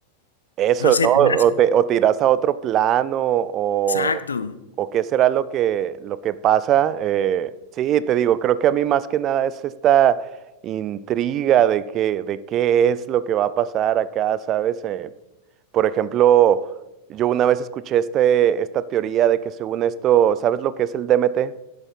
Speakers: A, on the right (about 35°); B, on the left (about 75°).
A: Eso,
B: No sé,
A: ¿no? O
B: tendrás...
A: te, o te irás a otro plano, o,
B: Exacto.
A: o qué será lo que, lo que pasa. Eh, sí, te digo, creo que a mí más que nada es esta intriga de que, de qué es lo que va a pasar acá, ¿sabes? Eh, por ejemplo, yo una vez escuché este, esta teoría de que según esto, ¿sabes lo que es el DMT?